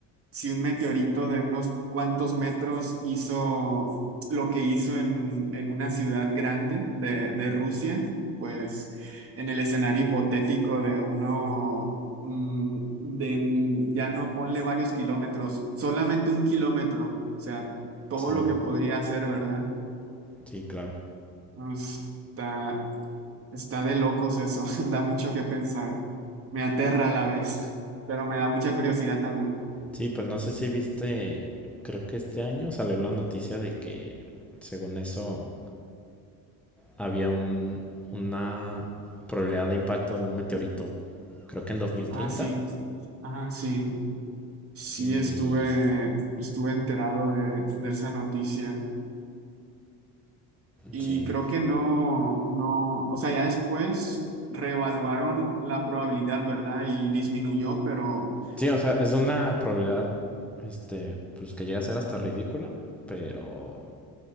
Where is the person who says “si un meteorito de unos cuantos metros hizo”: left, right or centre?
Right